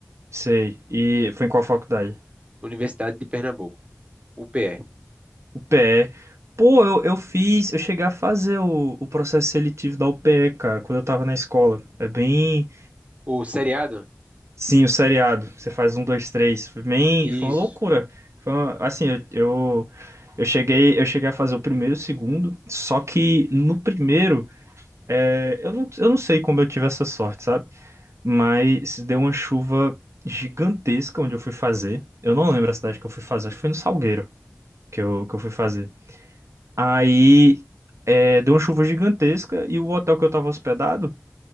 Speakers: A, on the right; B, on the right.
A: Sei. E foi em qual faculdade?
B: Universidade de Pernambuco, UPE.
A: UPE. Pô, eu, eu fiz, eu cheguei a fazer o, o processo seletivo da UPE, cara, quando eu tava na escola. É bem,
B: O seriado?
A: Sim, o seriado. Você faz um, dois, três. Foi bem,
B: Isso.
A: foi uma loucura. Foi uma- assim, eu, eu, eu cheguei, eu cheguei a fazer o primeiro e o segundo, só que no primeiro, é, eu não, eu não sei como eu tive essa sorte, sabe? Mas deu uma chuva gigantesca onde eu fui fazer. Eu não lembro a cidade que eu fui fazer, acho que foi no Salgueiro que eu, que eu fui fazer. Aí, é, deu uma chuva gigantesca e o hotel que eu tava hospedado